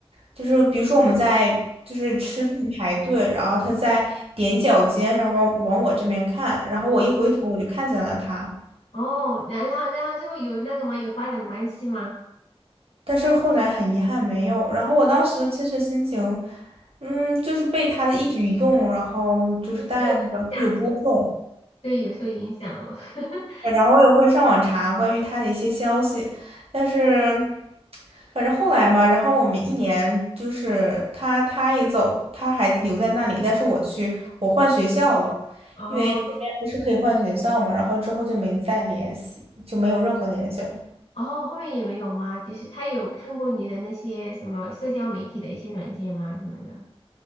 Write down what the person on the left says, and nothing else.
哦，然然后然后最后有那个吗？有发展关系吗？
有受影响，对，有受影响了。<laughs>
哦，
哦，后面也没有吗？就是他有看过你的那些什么社交媒体的一些软件吗？什么的？